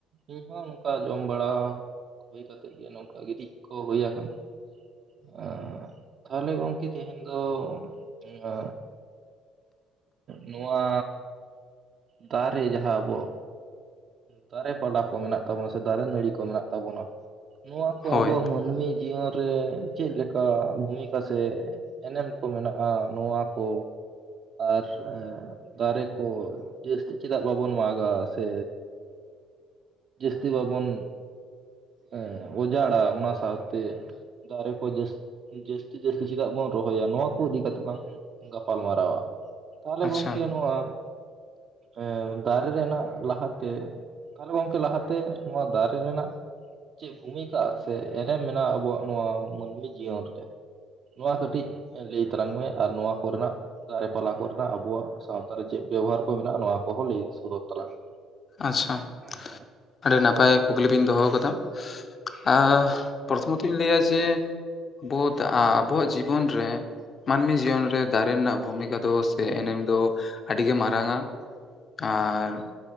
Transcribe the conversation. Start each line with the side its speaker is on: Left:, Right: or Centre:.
Right: ᱤᱧ ᱦᱚᱸ ᱱᱚᱱᱠᱟ ᱡᱚᱢ ᱵᱟᱲᱟᱼᱼ ᱦᱩᱭ ᱠᱟᱛᱮᱫ ᱜᱮ ᱱᱚᱝᱠᱟ ᱜᱤᱛᱤᱡ ᱠᱚ ᱦᱩᱭ ᱟᱠᱟᱱᱟ᱾ ᱮ ᱛᱟᱦᱚᱞᱮ ᱜᱚᱝᱠᱮ ᱛᱮᱦᱮᱧ ᱫᱚ ᱚᱱᱟᱼᱼ ᱱᱚᱣᱟ ᱫᱟᱨᱮ ᱡᱟᱦᱟᱸ ᱟᱵᱚᱼᱼ ᱫᱟᱨᱮ ᱯᱟᱞᱟ ᱠᱚ ᱢᱮᱱᱟᱜ ᱛᱟᱵᱚᱱᱟ ᱥᱮ ᱫᱟᱨᱮ ᱱᱟᱹᱲᱤ ᱠᱚ ᱢᱮᱱᱟᱜ ᱛᱟᱵᱚᱱᱟᱼᱼ ᱱᱚᱣᱟ ᱠᱚ
Left: ᱦᱳᱭ
Right: ᱟᱵᱚᱣᱟᱜ ᱢᱟᱹᱱᱢᱤ ᱡᱤᱭᱚᱱ ᱨᱮ ᱪᱮᱫ ᱞᱮᱠᱟ ᱵᱷᱩᱢᱤᱠᱟ ᱥᱮᱼᱼ ᱮᱱᱮᱢ ᱠᱚ ᱢᱮᱱᱟᱜᱼᱟ ᱱᱚᱣᱟ ᱠᱚᱼᱼ ᱟᱨ ᱮ ᱫᱟᱨᱮ ᱠᱚ ᱡᱟᱹᱥᱛᱤ ᱪᱮᱫᱟᱜ ᱵᱟᱵᱚᱱ ᱢᱟᱜᱟ ᱥᱮᱼᱼ ᱥᱮ ᱡᱟᱹᱥᱛᱤ ᱵᱟᱵᱚᱱᱼᱼ ᱦᱮᱸ ᱚᱡᱟᱲᱟ ᱚᱱᱟ ᱥᱟᱶ ᱛᱮᱼᱼ ᱫᱟᱨᱮ ᱠᱚ ᱡᱟᱹᱥ ᱡᱟᱹᱥᱛᱤ ᱡᱟᱹᱥᱛᱤ ᱪᱮᱫᱟᱜ ᱵᱚᱱ ᱨᱚᱦᱚᱭᱟ ᱱᱚᱣᱟ ᱠᱚ ᱤᱫᱤ ᱠᱟᱛᱮ ᱞᱟᱝᱼᱼ ᱜᱟᱯᱟᱞ ᱢᱟᱨᱟᱣᱟ ᱛᱟᱦᱞᱮ
Left: ᱟᱪᱪᱷᱟ
Right: ᱜᱚᱝᱠᱮ ᱱᱚᱣᱟ ᱮ ᱫᱟᱨᱮ ᱨᱮᱱᱟᱜᱼᱼ ᱞᱟᱦᱟᱛᱮ ᱛᱟᱦᱚᱞᱮ ᱜᱚᱝᱠᱮ ᱞᱟᱦᱟᱛᱮ ᱱᱚᱣᱟ ᱫᱟᱨᱮ ᱨᱮᱱᱟᱜᱼᱼ ᱪᱮᱫ ᱵᱷᱩᱢᱤᱠᱟ ᱥᱮ ᱮᱱᱮᱢ ᱢᱮᱱᱟᱜᱼᱟ ᱟᱵᱚᱣᱟᱜ ᱱᱚᱣᱟ ᱢᱟᱹᱱᱢᱤ ᱡᱤᱭᱚᱱ ᱨᱮᱼᱼ ᱱᱚᱣᱟ ᱠᱟᱹᱴᱤᱡ ᱞᱟᱹᱭ ᱛᱞᱟᱝ ᱢᱮ ᱟᱨ ᱱᱚᱣᱟ ᱠᱚᱨᱮᱱᱟᱜᱼᱼ ᱫᱟᱨᱮ ᱯᱟᱞᱟ ᱠᱚᱨᱮᱱᱟᱜ ᱟᱵᱩᱣᱟᱜ ᱥᱟᱶᱛᱟ ᱨᱮ ᱪᱮᱫ ᱵᱮᱵᱚᱦᱟᱨ ᱠᱚ ᱢᱮᱱᱟᱜᱼᱟ ᱱᱚᱣᱟ ᱠᱚᱦᱚᱸ ᱞᱟᱹᱭ ᱥᱚᱫᱚᱨ ᱛᱟᱞᱟᱝ ᱢᱮ?
Left: ᱟᱪᱪᱷᱟ᱾
Right: ᱟᱪᱪᱷᱟ᱾
Left: ᱟᱹᱰᱤ ᱱᱟᱯᱟᱭ ᱠᱩᱠᱞᱤ ᱵᱤᱧ ᱫᱚᱦᱚ ᱠᱟᱫᱟ ᱟᱼᱼ ᱯᱨᱚᱛᱷᱚᱢᱚᱛᱚᱧ ᱞᱟᱹᱭᱟ ᱡᱮ ᱵᱳᱫᱼᱟ ᱟᱵᱚᱣᱟᱜ ᱡᱤᱵᱚᱱ ᱨᱮᱼᱼ ᱢᱟᱹᱱᱢᱤ ᱡᱤᱭᱚᱱ ᱨᱮ ᱫᱟᱨᱮ ᱨᱮᱱᱟᱜ ᱵᱷᱩᱢᱤᱠᱟ ᱫᱚ ᱮᱱᱮᱢ ᱟᱹᱰᱤ ᱜᱮ ᱢᱟᱨᱟᱝᱟ᱾ ᱟᱨᱻ